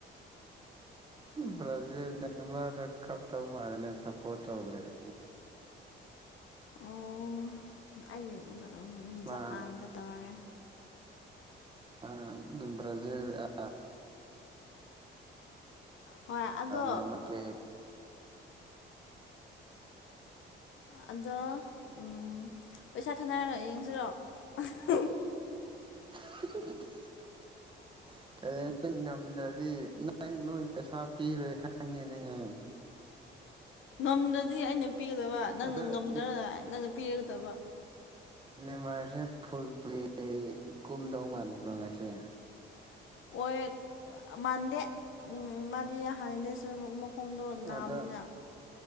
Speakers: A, on the right; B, on the left.
A: ꯕ꯭ꯔꯥꯖꯤꯜ ꯅꯦꯃꯥꯔꯗꯣ ꯀꯞꯇꯣꯏ ꯃꯥꯂꯤꯅꯦ ꯁꯄꯣꯔꯠ ꯇꯧꯗ꯭ꯔꯗꯤ
B: ꯑꯣ ꯑꯩꯅ
A: ꯃꯥ
B: ꯖꯄꯥꯟꯗ ꯇꯧꯔꯒꯦ
A: ꯑꯥ ꯕ꯭ꯔꯥꯖꯤꯜ ꯑꯥ
B: ꯍꯣꯏ ꯑꯗꯣ
A: ꯅꯦꯝꯃꯥ ꯄꯦꯠ
B: ꯑꯗꯣ ꯎꯝ ꯄꯩꯁꯥ ꯊꯥꯅꯔꯅ ꯌꯦꯡꯁꯤꯔꯣ <unintelligible>
A: <unintelligible> <unintelligible> ꯅꯪ ꯉꯝꯗ꯭ꯔꯗꯤ ꯅꯪ ꯅꯣꯏ ꯄꯩꯁꯥ ꯄꯤꯔꯣꯏ ꯈꯪꯉꯦꯅꯦꯍꯦ <unintelligible>
B: ꯉꯝꯗ꯭ꯔꯗꯤ ꯑꯩꯅ ꯄꯤꯒꯗꯕ ꯅꯪꯅ
A: ꯑꯗꯣ
B: ꯉꯝꯗ꯭ꯔꯒꯅ ꯅꯪꯅ ꯄꯤꯔꯒꯗꯕ
A: ꯃꯅꯦꯃꯔꯁꯦ ꯐꯨꯜ ꯄ꯭ꯂꯦ ꯀꯨꯝꯗꯧ ꯃꯥꯜꯂꯦꯀꯣ ꯉꯁꯤ
B: ꯑꯣꯏ ꯃꯥꯟꯗꯦ ꯎꯝ ꯃꯥꯗꯤ ꯍꯥꯟꯅꯗꯩꯁꯨ ꯑꯃꯨꯛ ꯃꯈꯣꯡꯗꯣ
A: ꯑꯗꯣ
B: ꯅꯥꯕꯅꯤꯅ